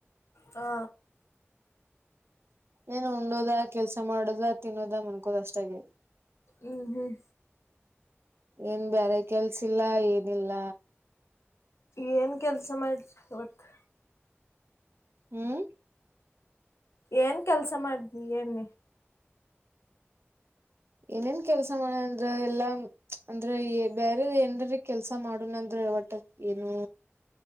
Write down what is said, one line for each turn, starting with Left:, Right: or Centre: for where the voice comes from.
Left: ಹಾ
Right: ಏನು ಉಂಡೋದ ಕೆಲ್ಸ ಮಾಡದ ತಿನ್ನೋದ ಮನ್ಕೋದ ಅಷ್ಟಾಗಿ
Left: ಹ್ಮ್ ಹ್ಮ್
Right: ಏನ್ ಬೇರೆ ಕೆಲ್ಸಿಲ್ಲ ಏನಿಲ್ಲ
Left: ಏನು ಕೆಲಸ ಮಾಡ್ರಿ ಇವತ್ತು
Right: ಹ್ಮ್
Left: ಏನ್ ಕೆಲ್ಸ ಮಾಡಿದ್ವಿ ಏನ್
Right: ಏನೇನ್ ಕೆಲ್ಸ ಮಾಡ ಅಂದ್ರ ಎಲ್ಲಾ ಅಂದ್ರೆ ಬೇರೆ ಏನ್ಕೆ ಮಾಡುಣ ಅಂದ್ರ ಒಟ್ಟ ಏನು